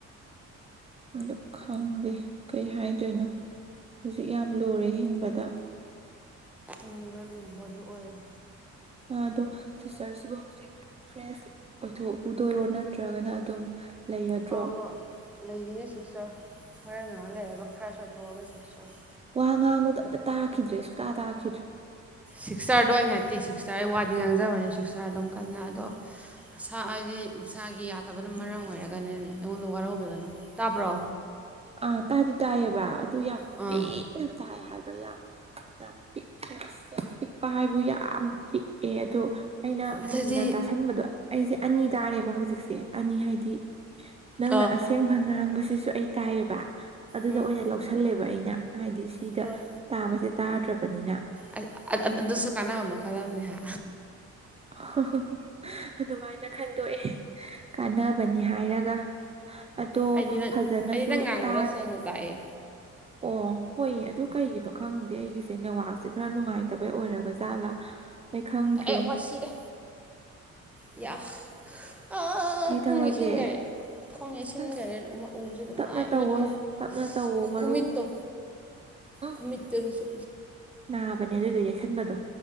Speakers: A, on the right; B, in the centre.
A: ꯑꯗꯨ ꯈꯪꯗꯦ ꯀꯩ ꯍꯥꯏꯗꯣꯏꯅꯣ ꯍꯧꯖꯤꯛ ꯌꯥꯝ ꯂꯨꯔꯦ ꯍꯤꯡꯕꯗꯥ
B: ꯇꯨꯡꯗ ꯂꯨꯕ ꯑꯗꯨ ꯑꯣꯏꯔꯦ
A: ꯑꯗꯣ ꯁꯤꯁꯇꯔꯁꯤꯕꯨ ꯍꯧꯖꯤꯛ ꯐ꯭ꯔꯦꯁ ꯑꯣꯏꯊꯣꯛꯎꯗꯣꯏꯔꯣ ꯅꯠꯇ꯭ꯔꯒꯅ ꯑꯗꯨꯝ ꯂꯩꯔꯗ꯭ꯔꯣ
B: ꯑꯧ ꯂꯩꯒꯤꯅꯤ ꯁꯤꯛꯁꯇꯔ ꯍꯣꯔꯦꯟ ꯉꯍꯥꯛ ꯂꯩꯔꯒ ꯐ꯭ꯔꯥꯏꯁ ꯑꯣꯏꯊꯣꯛꯑꯒꯦ ꯁꯤꯛꯁꯇꯔ
A: ꯋꯥ ꯉꯥꯡꯕꯗ ꯑꯝꯇ ꯇꯥꯈꯤꯗ꯭ꯔꯦ ꯁꯨꯛꯇꯥ ꯇꯥꯈꯤꯗ꯭ꯔꯦ
B: ꯁꯤꯛꯁꯇꯔꯗꯣ ꯑꯩꯅ ꯅꯠꯇꯦ ꯁꯤꯛꯁꯇꯔ ꯑꯩ ꯋꯥꯗꯤ ꯉꯥꯡꯖꯕꯅꯦ ꯁꯤꯛꯁꯇꯔ ꯑꯗꯨꯝ ꯀꯟꯅ ꯑꯗꯣ ꯁꯥ ꯍꯥꯏꯗꯤ ꯃꯁꯥꯒꯤ ꯌꯥꯗꯕꯅ ꯃꯔꯝ ꯑꯣꯏꯔꯒꯅꯅꯦ ꯑꯩꯉꯣꯟꯗ ꯋꯥꯔꯧꯕꯤꯒꯅꯨ ꯇꯥꯕ꯭ꯔꯣ
A: ꯑꯥ ꯇꯥꯗꯤ ꯇꯥꯏꯌꯦꯕ ꯑꯗꯨ ꯌꯥꯝ
B: ꯑꯥ
A: ꯄꯤꯛꯅ ꯇꯥꯏ ꯍꯥꯏꯕ ꯌꯥꯝ ꯌꯥꯝ ꯄꯤꯛꯅ ꯑꯁ ꯌꯥꯝ ꯄꯤꯛꯄ ꯍꯥꯏꯕꯨ ꯌꯥꯝ ꯄꯤꯛꯑꯦ ꯑꯗꯣ ꯑꯩꯅ
B: ꯑꯗꯨꯗꯤ
A: ꯃꯨꯟꯅ ꯇꯥꯁꯟꯕꯗꯣ ꯑꯩꯁꯦ ꯑꯅꯤ ꯇꯥꯔꯦꯕ ꯍꯧꯖꯤꯛꯁꯦ ꯑꯅꯤ ꯍꯥꯏꯗꯤ ꯅꯪꯅ
B: ꯑꯥ
A: ꯑꯁꯦꯡꯕ ꯉꯥꯡꯕꯁꯤꯁꯨ ꯑꯩ ꯇꯥꯏꯌꯦꯕ ꯑꯗꯨꯗ
B: ꯎꯝ
A: ꯑꯣꯏꯅ ꯂꯧꯁꯜꯂꯦꯕ ꯑꯩꯅ ꯍꯥꯢꯗꯤ ꯏꯗ
B: ꯍꯣꯏ
A: ꯇꯥꯕꯖꯦ ꯇꯥꯗ꯭ꯔꯕꯅꯤꯅ
B: ꯑꯗ ꯑ ꯑ ꯑꯟ ꯑꯗꯨꯁꯨ ꯀꯥꯟꯅꯕ ꯃꯈꯜ ꯑꯃꯅꯤ ꯍꯥ
A: ꯍꯣ ꯍꯣ ꯍꯣ ꯑꯗꯨꯃꯥꯏꯅ ꯈꯟꯗꯣꯛꯑꯦ ꯀꯥꯟꯅꯕꯅꯤ ꯍꯥꯏꯔꯒ ꯑꯗꯣ
B: ꯑꯩꯗꯤ ꯅꯪ
A: ꯐꯖꯅꯁꯨ
B: ꯑꯩꯗꯤ ꯅꯪ ꯉꯥꯡꯕꯗꯣ
A: ꯇꯥ
B: ꯁꯦꯡꯅ ꯇꯥꯏꯌꯦ
A: ꯑꯣ ꯍꯣꯏ ꯑꯗꯨ ꯀꯩꯒꯤꯅꯣ ꯈꯪꯗꯦ ꯑꯩꯒꯤꯁꯦ ꯅꯦꯠꯋꯥꯛꯁꯦ ꯈꯔ ꯅꯨꯡꯉꯥꯏꯇꯕꯩ ꯑꯣꯏꯔꯕ ꯖꯥꯠꯂꯥ ꯑꯩ ꯈꯪꯗ꯭ꯔꯦ
B: ꯑꯌꯣ ꯃꯥ ꯁꯤꯔꯦ ꯑꯌꯥ ꯑꯥ
A: ꯀꯩ ꯇꯧꯔꯒꯦ
B: ꯈꯣꯡ ꯂꯩꯁꯤꯟꯒꯔꯦ ꯈꯣꯡ ꯌꯩꯁꯤꯟꯒꯔꯦ
A: ꯑꯁ
B: ꯎꯁꯤꯗ
A: ꯇꯞꯅ
B: ꯅꯥꯢ ꯑꯃꯗꯨꯃꯨꯛ
A: ꯇꯧꯋꯣ ꯇꯞꯅ ꯇꯧꯋꯣ ꯃꯔꯨꯞ
B: ꯈꯨꯃꯤꯠꯇꯣ
A: <inaudible>
B: ꯈꯨꯃꯤꯠꯇ ꯗꯨꯁꯨ
A: ꯅꯥꯕꯅꯦ ꯑꯗꯨꯏꯗꯣ ꯌꯩꯁꯟꯕꯗꯣ